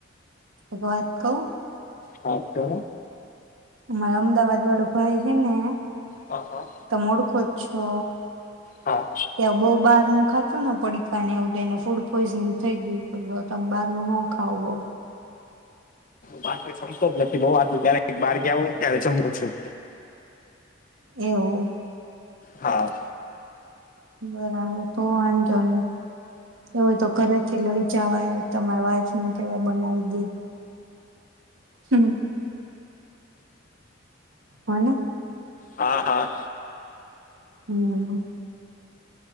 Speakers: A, on the right; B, on the left.
A: એક વાત કું
B: હા તો
A: અમારે અમદાવાદ વાળું ભાઈ છે ને
B: હા હા
A: ત મોડકો છો
B: હા
A: ત્યાં બહુ બારું ખાતું ને પડીકાને એવું એને ફૂડ પોઈઝન થઈ ગયું તું તમે બહાર ન ન ખાવ બહ
B: પાછ જમતો જ નથી બઉ આટું ત્યારે એક બાર ગ આવ ને ત્યારે જમ છું
A: એવું
B: હા
A: બરાબર તો વાંધતોો ન એવય તો ઘરેથી લઈ જવાય તમારા વાઈફને કેવાય બનાવી દે હમ હ
B: હા હા
A: હમ